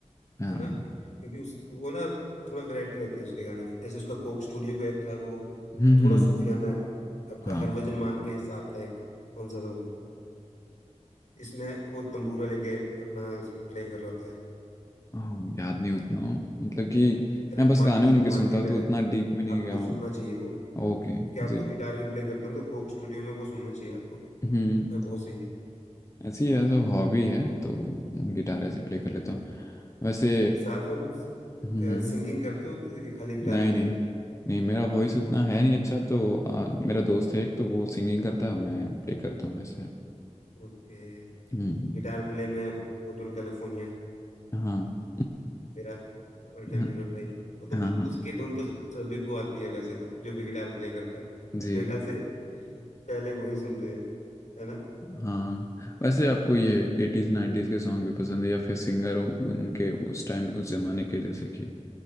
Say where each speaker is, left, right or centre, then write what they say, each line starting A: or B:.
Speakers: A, on the left; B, on the left.
A: हाँ
B: है ना क्योंकि उस वो ना थोड़ा वैरायटी रहती है उसके गाने में जैसे उसका कोक स्टूडियो का एक था वो
A: हम्म
B: थोड़ा
A: हम्म,
B: सूफियाना है आपका
A: हाँ
B: हर वजन मान के साथ है एक कौन सा था वो जिसमें वो तंबूरा लेके अपना प्ले कर रहा होता है
A: हाँ, याद नहीं उतना मतलब कि
B: अरे
A: मैं बस
B: माटी
A: गाने उनके
B: माटी
A: सुनता हूँ
B: पे
A: तो
B: था
A: उतना
B: मतलब
A: डीप में नहीं
B: आपको
A: गया हूँ
B: सुनना चाहिए वो
A: ओके
B: क्योंकि आप
A: जी
B: तो गिटार भी प्ले करते हो ना, तो कोक स्टूडियो में वो सुनना चाहिए आपको
A: हम्म
B: भाई बहुत सही है
A: ऐसी एज अ हॉबी है तो गिटार ऐसे प्ले कर लेता हूँ वैसे
B: साथ में कुछ
A: हम्म हम्म।
B: सिंगिंग करते हो तो कि खाली गिटार
A: नहीं
B: प्ले
A: नहीं
B: है
A: नहीं मेरा वॉइस उतना है नहीं अच्छा तो आ, मेरा दोस्त है एक तो वो सिंगिंग करता है मैं प्ले करता हूँ ऐसे
B: ओके
A: हम्म
B: गिटार प्ले में होटल कैलिफोर्निया
A: हाँ
B: मेरा ऑल
A: <laughs>
B: टाइम फेवरेट भाई वो तो
A: हाँ
B: उ,
A: हाँ
B: उसकी धुन तो सभी को आती है वैसे तो जो भी गिटार प्ले करता है
A: जी
B: मेरे ख्याल से पहले वही सुनते हैं है ना
A: हाँ वैसे आपको ये एटीज नाइन्टीज के सॉन्ग भी पसंद है या फिर सिंगर हो उनके उस टाइम उस जमाने के जैसे कि